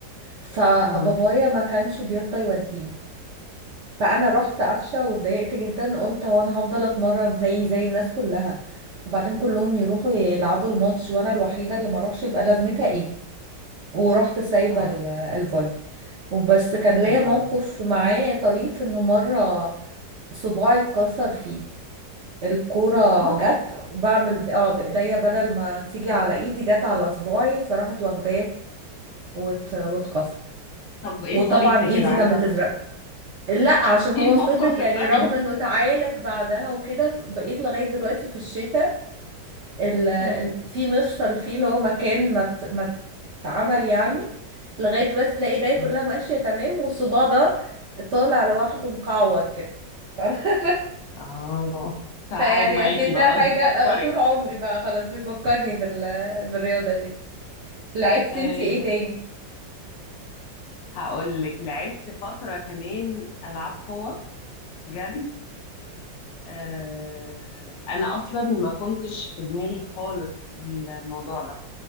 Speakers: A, on the right; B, on the left.
A: فبابايا
B: مم.
A: ما كانش بيرضى يوديني فانا رحت قفشة واتضايقت جدا قلت هو انا هفضل اتمرن زي زي الناس كلها وبعدين كلهم يروحوا يلعبوا الماتش وانا الوحيدة اللي ما اروحش يبقى لازمتها ايه ورحت سايبة
B: اه
A: ال- الفولي وبس كان ليا
B: مم.
A: موقف معاه طريف انه مرة صباعي اتكسر فيه الكورة
B: اه
A: جت وبعمل اه بإيديا بدل ما تيجي على إيدي جت على صباعي فراحت واخداه وات... واتكسر
B: طب إيه
A: وطبعا
B: الطريف في
A: إيدي
B: كده عايزة
A: كانت بتزرق
B: <laughs> أفهم.
A: لا عشان
B: إيه
A: هو
B: الموقف
A: فضل
B: الطريف
A: يعني رغم انه تعالج بعدها وكده ف- بقيت لغاية دلوقتي في الشتاء ال... ال-
B: مم.
A: في مفصل فيه اللي هو مكان ما ت- ما اتعمل يعني لغاية دلوقتي تلاقي ايديا
B: مم.
A: كلها ماشية تمام والصباع ده طالع لوحده مكعور كده <laughs>
B: اه <laughs> فقاعد
A: فيعني
B: معاكي
A: اكنها
B: بقى خلاص
A: حاجة
B: بيفكرك
A: آه، طول عمري بقى خلاص بيفكرني بال... بالرياضة دي لعبتي
B: ايوه
A: انتي ايه تاني
B: هقول لك لعبت فترة كمان ألعاب قوة جري آه أنا أصلا ما كنتش في دماغي خالص الموضوع ده